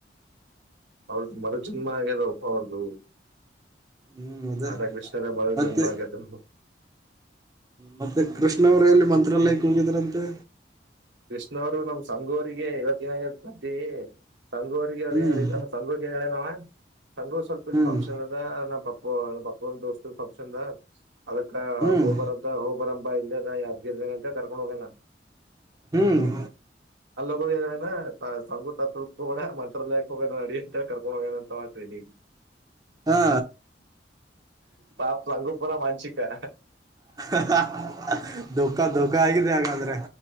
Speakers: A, on the right; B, on the right.
A: ಅವ್ರದ ಮರು ಜನ್ಮ ಆಗ್ಯದ ಅಪ್ಪೋ ಅವ್ರದು.
B: ಹ್ಮ್ ಅದೇ
A: ರಾಧಾ ಕೃಷ್ಣಾ ರ ಮರು
B: ಮತ್ತೆ
A: ಜನ್ಮ ಆಗ್ಯದ ಅಂತ್.
B: ಮತ್ತೆ ಕೃಷ್ಣ ಅವರೆಲ್ಲಿ ಮಂತ್ರಲಾಯಕ ಹೋಗಿದ್ರಂತೆ.
A: ಕೃಷ್ಣ್ರು ನಮ್ ಸಂಗೂರಿಗೆ ಇವತ್ತ ನ ಬ್ದೆ ಸಂಗೂರಿಗೆ ಅವ್ರು
B: ಹ್ಮ್
A: ಏ ಹೇಳಿದ್ದ ಸಂಗೂರಿಗೆ ನ್ ಹೇಳ್ಯನಾವ ತಂಗೂ ಸ್ವಲ್ಪ ಇಲ್ಲಿ
B: ಹ್ಮ್
A: ಫಂಕ್ಷನ್ ಅದ ನ ಪಪ್ಪ ಅ ಪಪ್ಪ ದೋಸ್ತ ಸಬ್ಕ್ಷಾ <unintelligible> ಅದಕ್ಕ
B: ಹ್ಮ್
A: ಗೋಬರದ್ದ ಹೋಬರ ಹಬಾ ಇಲ್ಲದೆದ ಯಗಿರ್ದ ಅಂತ ಕರ್ಕೊಂಡು ಹೋಗಣ
B: ಹ್ಮ್
A: <unintelligible> ಸಂಗು ತತ್ಡ ಮಂತ್ರಾಲಯಕ್ಕೆ ಹೋಗ ನಡಿ ಅಂತೇಳ ಕರ್ಕೊಂಡ್ ಹೋಗೋನ ಅಂತ ಟ್ರೀನ
B: ಹಾ
A: ಪಾಪ ಸಂಗು ಪರ ಮಾಂಸಿಕಾ
B: <unintelligible> ದುಃಖ ದುಃಖ ಆಗಿದೆ ಹಾಗಾದ್ರೆ